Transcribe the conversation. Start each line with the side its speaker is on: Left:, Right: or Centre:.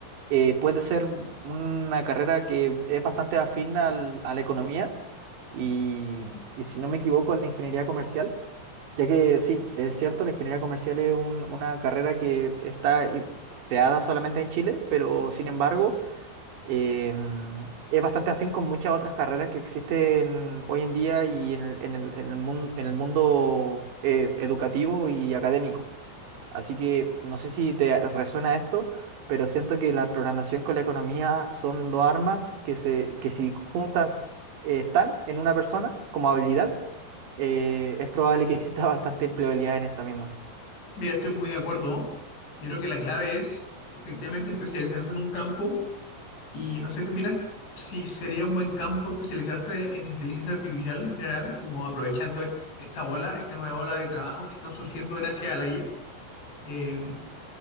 Right: eh, puede ser una carrera que es bastante afín al- a la economía y, y, si no me equivoco, a la ingeniería comercial. Ya que sí, es cierto, la ingeniería comercial es un- una carrera que está i- creada solamente en Chile, pero sin embargo eh, mm, es bastante afín con muchas otras carreras que existen hoy en día y en el, en el, en el mun- en el mundo eh, educativo y académico. Así que no sé si te resuena esto, pero siento que la programación con la economía son dos armas que, se, que si juntas eh, están en una persona como habilidad eh, es probable que exista <laughs> bastante empleabilidad en esta misma.
Left: Mira, estoy muy de acuerdo. ¿no? Yo creo que la clave es efectivamente especializarte en un campo Y no sé qué opinas, si sería un buen campo especializarse en inteligencia artificial en general, como aprovechando est- esta ola, esta nueva ola de trabajos que están surgiendo gracias a la IA. Eh,